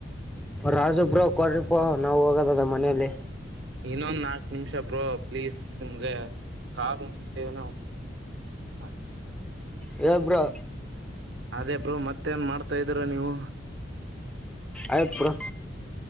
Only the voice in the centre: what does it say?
ರಾಜು ಬ್ರೋ ಕೊಡ್ ಓಹ ನಾವು ಹೋಗದದ ಮನೆಲ್ಲಿ
ಹೇಳ್ ಬ್ರೋ
ಆಯ್ತ್ ಬ್ರೋ